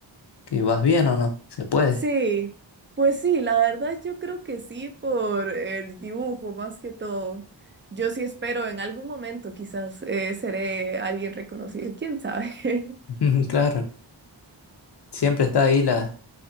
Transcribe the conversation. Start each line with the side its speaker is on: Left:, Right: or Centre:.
Left: que vas bien o no, se puede.
Right: Sí, pues sí, la verdad yo creo que sí por el dibujo más que todo. Yo sí espero en algún momento quizás eh, seré alguien reconocido, quién sabe. <laughs>
Left: <laughs> Claro, siempre está ahí la,